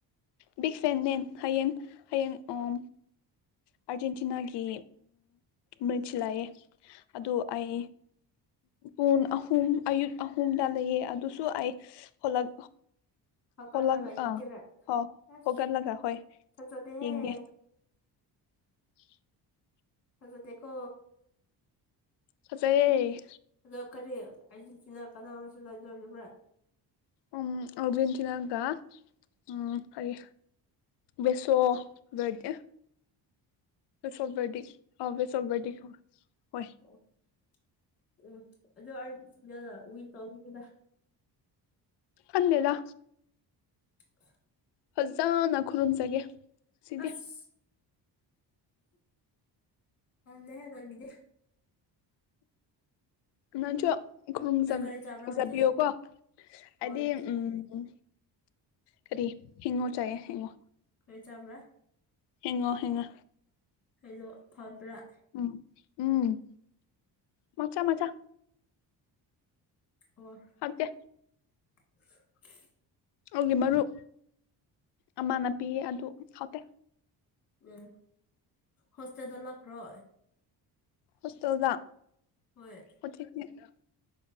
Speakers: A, on the left (about 80°); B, on the left (about 35°).
A: ꯕꯤꯒ ꯐꯦꯟ ꯅꯦ ꯍꯌꯦꯡ ꯍꯌꯦꯡ ꯑꯣ ꯑꯥꯔꯖꯦꯟꯇꯤꯅꯥꯒꯤ ꯃ꯭ꯔꯤꯆ ꯂꯩꯑꯦ ꯑꯗꯨ ꯑꯩ ꯄꯣꯡ ꯑꯍꯨꯝ ꯑꯌꯨꯛ ꯑꯍꯨꯝꯗ ꯂꯩꯑꯦ ꯑꯗꯨꯁꯨ ꯑꯩ ꯍꯣꯂꯛ
B: ꯍꯧꯒꯠꯂꯒ
A: ꯍꯣꯂꯛ
B: ꯌꯦꯡꯒꯦꯔꯥ
A: ꯑꯥ ꯍ
B: ꯑꯁ
A: ꯍꯣꯒꯠꯂꯒ ꯍꯣꯏ
B: ꯊꯥꯖꯗꯦꯍꯦ
A: ꯌꯦꯡꯒꯦ <inaudible>
B: ꯊꯥꯖꯗꯦꯀꯣ
A: ꯐꯖꯩꯌꯦ
B: ꯑꯗꯣ ꯀꯔꯤ ꯑꯔꯖꯦꯟꯇꯤꯅ ꯀꯅꯥ ꯁꯥꯅꯗꯧꯔꯤꯕ꯭ꯔꯥ
A: ꯎꯝ ꯑꯔꯖꯦꯟꯇꯤꯅꯥꯒ ꯎꯝ ꯀꯔꯤ ꯕꯦꯁꯣ ꯕꯔꯗꯤ ꯁꯣꯕꯗꯤ ꯑꯕꯦꯁꯣꯕꯗꯤ ꯈ ꯍꯣꯏ
B: ꯎ ꯎꯏ ꯆꯧꯗ
A: ꯑꯗꯦꯗ
B: ꯗꯤꯗ
A: ꯐꯖꯅ ꯈꯨꯔꯨꯝꯖꯒꯦ ꯁꯤꯗꯤ
B: ꯑꯁ ꯅꯦ ꯍꯗꯒꯗꯌꯥ
A: ꯃ ꯆ ꯈꯨꯔꯨꯝꯖꯖꯕꯤꯌꯣ
B: ꯅꯪ ꯀꯔꯤ ꯆꯥꯕ꯭ꯔꯥ ꯍꯧꯖꯤꯛ
A: ꯀꯣ ꯍꯥꯏꯗꯤ
B: ꯍꯣꯏ
A: ꯎꯝ ꯎꯝ ꯀꯔꯤ ꯍꯤꯡꯉꯣ ꯆꯥꯏꯌꯦ ꯍꯤꯡꯉꯣ
B: ꯈꯔ ꯆꯥꯕ꯭ꯔꯥ
A: ꯍꯡꯉꯣ ꯍꯦꯉꯣ
B: ꯑꯩꯗꯣ ꯐꯕ꯭ꯔꯥ
A: ꯎꯝ ꯎꯝ ꯃꯆꯥ ꯃꯆꯥ
B: ꯑꯣ
A: ꯑꯗ
B: ꯎ
A: ꯑꯗꯨꯒꯤ ꯃꯔꯨꯞ ꯑꯃꯥꯟꯅꯕꯤ ꯑꯗꯨ ꯈꯥꯎꯇꯦ
B: ꯎꯝ ꯍꯣꯁꯇꯦꯜꯗ ꯂꯈ꯭ꯔꯣ
A: ꯄꯨꯗ
B: ꯍꯣꯏ
A: ꯑꯣ